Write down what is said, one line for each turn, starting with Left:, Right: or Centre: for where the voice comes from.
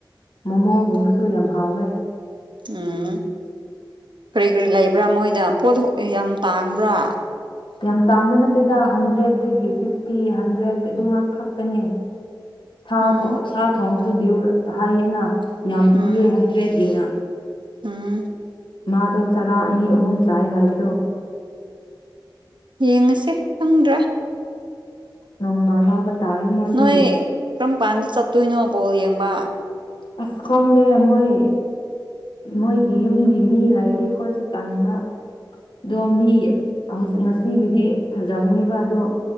Left: ꯃꯣꯃꯣꯒꯨꯝꯕꯁꯨ ꯌꯥꯝ ꯍꯥꯎꯋꯦ
Right: ꯎꯝ ꯀ꯭ꯔꯤ ꯀ꯭ꯔꯤ ꯂꯩꯕ꯭ꯔꯥ ꯃꯣꯏꯗ ꯄꯣꯠꯗꯨ ꯌꯥꯝ ꯇꯥꯡꯕ꯭ꯔꯥ
Left: ꯌꯥꯝ ꯇꯥꯡꯕ ꯅꯠꯇꯦꯗ ꯍꯟꯗ꯭ꯔꯦꯗꯗꯒꯤ ꯐꯤꯐꯇꯤ ꯍꯟꯗ꯭ꯔꯦꯠ ꯑꯗꯨ ꯉꯥꯛ ꯈꯛꯇꯅꯦ ꯊꯥ
Right: ꯎꯝ
Left: ꯊꯣꯛꯑ ꯁꯥ ꯊꯣꯡꯕꯗꯨ ꯗꯤꯌꯨꯔ ꯍꯥꯏꯌꯦꯅ ꯌꯥꯝ
Right: ꯎꯝ
Left: ꯄꯤꯌꯦ ꯍꯟꯗ꯭ꯔꯦꯠꯒꯤꯅ
Right: ꯎꯝ
Left: ꯃꯥꯗꯣ ꯆꯔꯥ ꯑꯅꯤ ꯑꯍꯨꯝ ꯆꯥꯏ ꯍꯥꯏꯕꯗꯣ
Right: ꯌꯦꯡꯉꯁꯦ ꯈꯪꯗ꯭ꯔꯦ
Left: <unintelligible> ꯃꯣꯏꯗꯒꯤ
Right: ꯅꯣꯏ ꯀꯔꯝꯀꯥꯟꯗ ꯆꯠꯇꯣꯏꯅꯣ ꯕꯣ ꯌꯦꯡꯕ
Left: ꯑꯁ ꯈꯪꯗꯦ ꯃꯣꯏ ꯃꯣꯏꯒꯤ ꯌꯨꯝꯒꯤ ꯃꯤ ꯂꯩꯔꯗꯤ ꯈꯣꯏꯁꯨ ꯇꯟꯕ ꯑꯗꯣ ꯃꯤ ꯍꯧꯖꯤꯛ ꯉꯁꯤꯒꯤꯗꯤ ꯐꯖꯕꯅꯤꯕ ꯑꯗꯣ